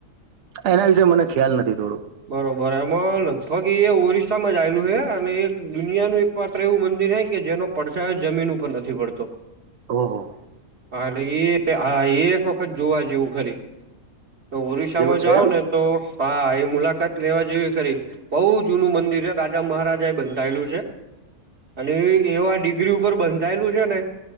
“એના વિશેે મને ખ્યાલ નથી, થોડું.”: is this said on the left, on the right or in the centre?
Right